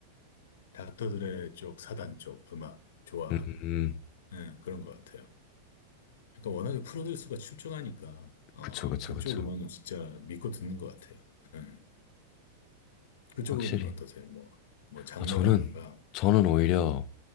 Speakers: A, on the left (about 75°); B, on the left (about 35°).
A: 닥터들의 쪽, 사단 쪽 음악 좋아하고,
B: 음, 음. 음.
A: 예, 그런 것 같아요. 그러니까 워낙에 프로듀스가 출중하니까, 어,
B: 그쵸 그쵸
A: 그쪽
B: 그쵸.
A: 음악은 진짜 믿고 듣는 것 같아요. 예. 그쪽은
B: 확실히.
A: 어떠세요? 뭐, 뭐, 장르라든가,
B: 아 저는 저는 오히려
A: 네,